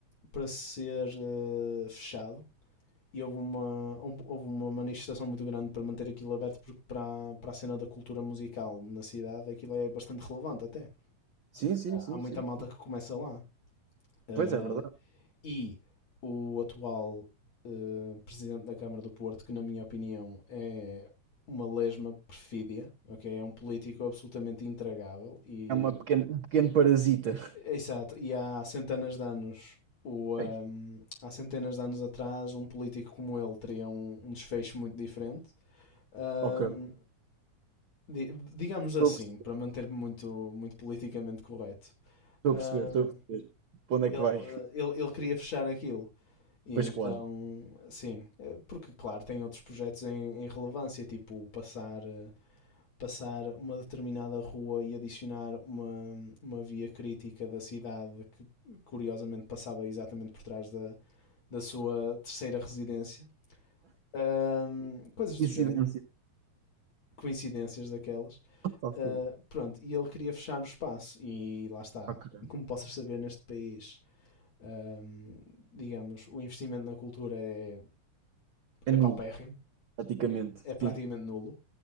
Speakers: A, on the left (about 55°); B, on the right (about 65°).
A: para ser eh, fechado e houve uma, um, houve uma manifestação muito grande para manter aquilo aberto, porque para, para a cena da cultura musical na cidade aquilo é bastante relevante até.
B: Sim, sim, sim,
A: Há muita
B: sim.
A: malta que começa lá. Uh,
B: Pois é verdade.
A: e o atual uh, presidente da Câmara do Porto, que na minha opinião é uma lesma perfídia, ok? É um político absolutamente intragável e
B: É uma pequena, um pequeno parasita.
A: exato, e há centenas de anos o, um,
B: Ei,
A: há centenas de anos atrás um político como ele teria um, um desfecho muito diferente Ahm,
B: ok.
A: di- digamos
B: Estou
A: assim,
B: a perce-
A: para manter-me muito, muito politicamente correto.
B: estou
A: Ahm,
B: a perceber, estou a perceber. Para onde
A: ele,
B: é que vai?
A: eh, ele, ele queria fechar aquilo. E
B: Pois
A: então,
B: claro.
A: sim, eh, porque, claro, tem outros projetos em, em relevância, tipo passar, eh, passar uma determinada rua e adicionar uma, uma via crítica da cidade que, curiosamente, passava exatamente por trás da, da sua terceira residência. Ahm, coisas
B: Incidência.
A: do género, coincidências daquelas.
B: Tá fogo.
A: Uh, pronto, e ele queria fechar o espaço, e lá está.
B: Ok.
A: Como possas saber, neste país, um, digamos, o investimento na cultura é,
B: É nulo,
A: é paupérrimo,
B: praticamente.
A: é praticamente
B: Sim.
A: nulo.